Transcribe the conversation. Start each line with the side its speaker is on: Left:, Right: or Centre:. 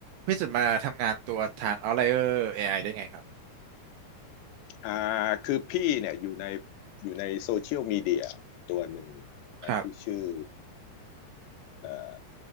Right: พี่สุดมาทำงานตัวทาง Outlier เอไอได้ไงครับ
Left: อ่าคือพี่เนี่ยอยู่ในอยู่ในโซเชียลมีเดียตัวหนึ่งนะที่ชื่อ
Right: ครับ
Left: เอ่อ